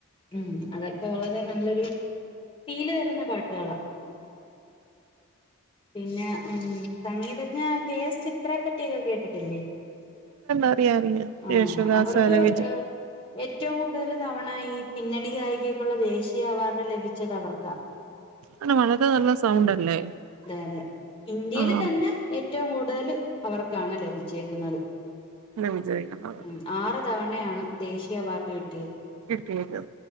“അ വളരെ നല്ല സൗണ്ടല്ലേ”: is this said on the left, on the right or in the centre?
Right